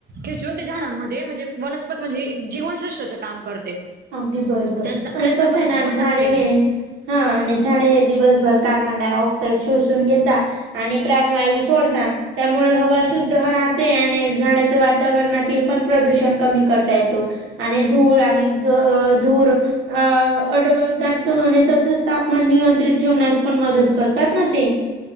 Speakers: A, on the right; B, on the right.
A: खेचून त्या झाडांमध्ये म्हणजे वनस्पत म्हणजे जीवनसृष्ठच काम करते.
B: अगदी बरोबर!
A: त्यांच्यामध्ये
B: आणि कसंये ना,
A: जीवन
B: झाडे
A: टाकते
B: हे हा आणि झाडे हे दिवसभर कार्बन डाय ऑक्साइड शोषून घेता आणि प्राणवायू सोडता. त्यामुळे हवा शुद्ध राहते आणि झाडा त वातावरणातील पण प्रदूषण कमी करता येतो आणि धूळ आणि अ धुर अ अडवतात आणि तसच तापमान नियंत्रित ठेवण्यास पण मदत करतात ना ते.